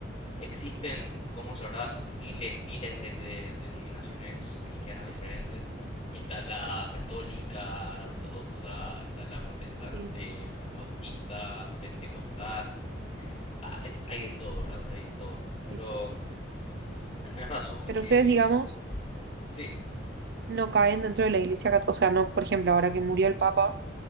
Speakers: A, on the left (about 35°); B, on the right (about 55°).
A: existen, como sabrás, miles, miles de, de denominaciones cristianas diferentes. Está la católica, la ortodoxa, está la protestante,
B: Sí,
A: bautista, pentecostal. Ah, hay, hay de todo, ¿verdad? Hay de todo. Pero
B: sí, sí.
A: tenés razón
B: Pero
A: que
B: ustedes, digamos,
A: sí.
B: no caen dentro de la iglesia católica, o sea, no, por ejemplo, ahora que murió el Papa,